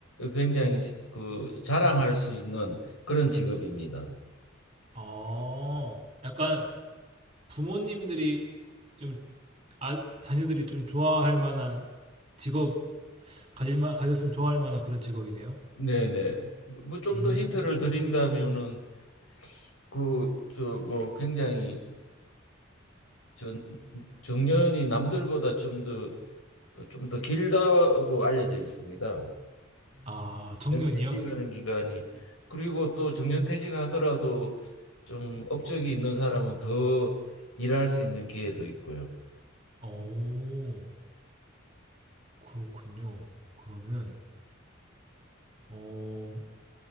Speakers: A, on the left (about 85°); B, on the right (about 30°).
A: 굉장히 그 자랑할 수 있는 그런 직업입니다.
B: 아. 약간 부모님들이 좀 아 자녀들이 좀 좋아할 만한 직업 가질 만 가졌으면 좋아할 만한 그런 직업이네요.
A: 네네. 뭐 좀
B: 음.
A: 더 힌트를 드린다면은 그 저 뭐 굉장히 전 정년이 남들보다 좀 더 좀 더 길다고 알려져 있습니다.
B: 아, 정년이요?
A: 정년퇴직하는 기간이 그리고 또 정년퇴직하더라도 좀 업적이 있는 사람은 더 일할 수 있는 기회도 있고요.
B: 오, 그렇군요. 그러면, 어,